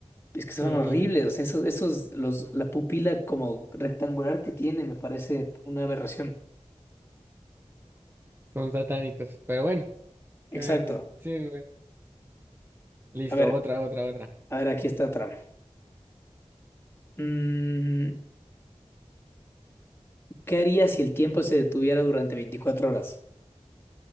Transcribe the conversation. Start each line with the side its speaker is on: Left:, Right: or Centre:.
Left: Es que son
Right: Uy,
Left: horribles, o sea, esos, esos, los, la pupila como rectangular que tiene me parece una aberración.
Right: son satánicos. Pero bueno, cada
Left: Exacto.
Right: quien. Sí, bueno. Listo,
Left: A ver,
Right: otra, otra, otra.
Left: a ver, aquí está otra. Mm, ¿qué harías si el tiempo se detuviera durante 24 horas?